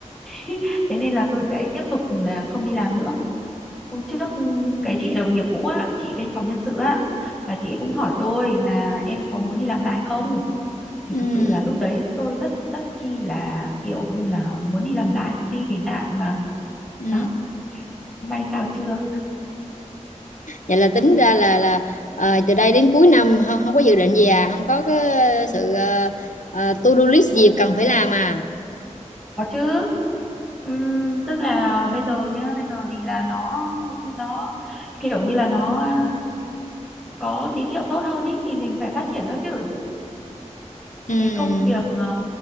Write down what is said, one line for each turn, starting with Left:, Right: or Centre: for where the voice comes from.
Centre: <laughs> thế nên là tôi lại tiếp tục là không đi làm nữa hôm trước ừm, cái chị đồng nghiệp cũ á chị bên phòng nhân sự á là chị cũng hỏi tôi là em có muốn đi làm lại không thì
Left: ừ,
Centre: thực sự là lúc đấy tôi rất rất chi là kiểu như là muốn đi làm lại luôn đi vì nạn mà
Left: ừ.
Centre: đó may sao chưa
Left: Vậy là tính ra là là ờ, từ đây đến cuối năm không, không có dự định gì à? Không có cái sự ờ, ờ, to do list gì cần phải làm à?
Centre: có chứ Ừm, tức là bây giờ nhá bây giờ thì là nó nó kiểu như là nó ờ, có tín hiệu tốt hơn ý thì mình phải phát triển nó chứ
Left: ừ
Centre: cái công việc ờ,